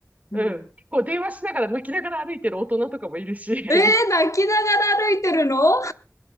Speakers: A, on the left (about 85°); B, on the right (about 30°).
A: うん。
B: うん、結構電話しながら泣きながら歩いてる大人とかもいるし、<laughs>
A: えー、泣きながら歩いてるの